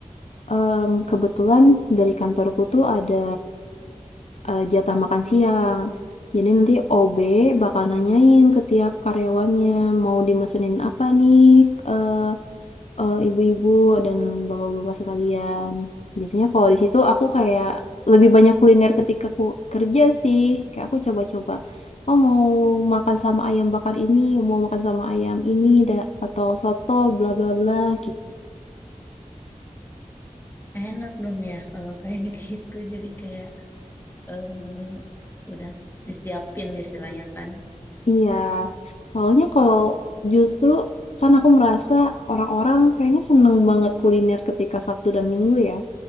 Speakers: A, on the left; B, on the left.
A: em, kebetulan dari kantorku tuh ada eh, jatah makan siang. Jadi nanti OB bakal nanyain ke tiap karyawannya mau dimesenin apa nih eh, eh, ibu-ibu dan bapak-bapak sekalian. Biasanya kalau di situ aku kayak lebih banyak kuliner ketika aku kerja sih. Kayak aku coba-coba, oh mau makan sama ayam bakar ini, mau makan sama ayam ini, da- atau soto, bla bla bla gitu.
B: Enak dong ya kalau kayak <laughs> gitu. Jadi kayak eh, udah disiapin istilahnya kan.
A: Iya, soalnya kalau justru kan aku merasa orang-orang kayaknya seneng banget kuliner ketika Sabtu dan Minggu ya.